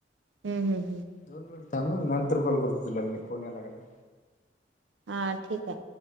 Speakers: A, on the right; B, on the left.
A: हम् हम् हम
B: दोन मिनिट थांबग नंतर कॉल करतेो तुला मी फोन यायलागेला
A: हा ठीक आहे